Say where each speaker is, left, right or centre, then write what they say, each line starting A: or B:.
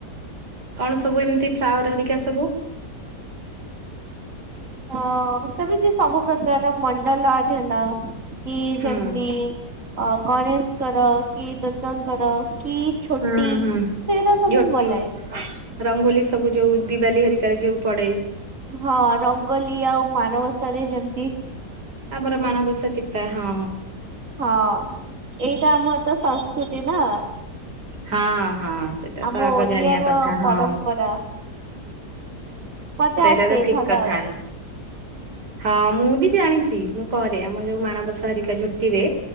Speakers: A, on the right; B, on the right.
A: କଣ ସବୁ ଏମତି ଫ୍ଲାୱାର ହେରିକା ସବୁ।
B: ହଁ ସେମିତି ସବୁ ପ୍ରକାର ମଣ୍ଡଲ ଆର୍ଟ ହେଲା କି
A: ହୁଁ।
B: ଯେମତି ଗଣେଶଙ୍କର କି ଦୁର୍ଗାଙ୍କର କି ଛୋଟି
A: ହୁଁ ହୁଁ
B: ସେରା ସବୁ
A: ଝୋଟି
B: ମୁଁ ବନାଏ।
A: ରଙ୍ଗୋଲି ସବୁ ଯୋଉ ଦିୱାଲୀ ହେରିକା ଯୋଉ ପଡେ।
B: ହଁ ରଙ୍ଗୋଲି ଆଉ ମାଣବସାରେ ଯେମ
A: ଆମର ମାଣବସା ଚିତା ହଁ।
B: ହଁ ଏଇଟା ଆମର ତ ସଂସ୍କୃତି ନା।
A: ହଁ ହଁ ସେଟା
B: ଆମ
A: ତ ଆଗ
B: ଓଡିଆର
A: ଜାଣିଆ କଥା ହଁ।
B: ପରମ୍ପରା। ମତେ
A: ସେଇଟା
B: ଆସେ
A: ତ ଠିକ
B: ଭଲ
A: କଥା।
B: ଆସେ।
A: ହଁ ମୁଁ ବି ଜାଣିଚି ମୁଁ କରେ ଆମର ଯୋଉ ମାଣବସା ହେରିକା ଝୋଟିରେ